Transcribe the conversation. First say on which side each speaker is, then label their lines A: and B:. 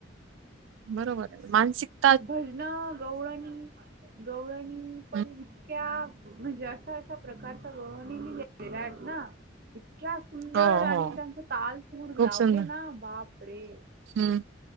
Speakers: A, on the right; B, on the right.
A: बरोबर आहे,, मानसिकऽ
B: भजनं,, गौळणी. गवळणी पण
A: हं.
B: इतक्या, म्हणजे अशा अशा प्रकारच्या गवळणी लिलेल्या आहेत ना. इतक्या सुंदर
A: हो हो
B: आणि त्यांचा तालपूर
A: खूप
B: लावले
A: सुंदर
B: ना बाप रे
A: हम्म